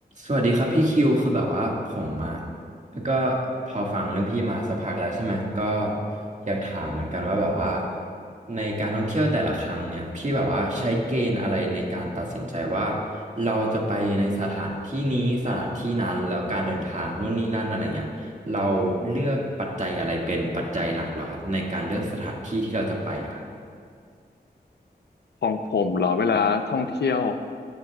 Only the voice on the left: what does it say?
ของผมเหรอเวลาท่องเที่ยว